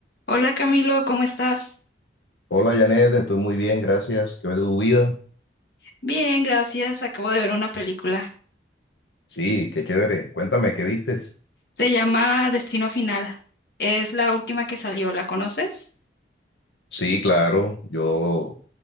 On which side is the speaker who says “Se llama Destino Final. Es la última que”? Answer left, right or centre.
Left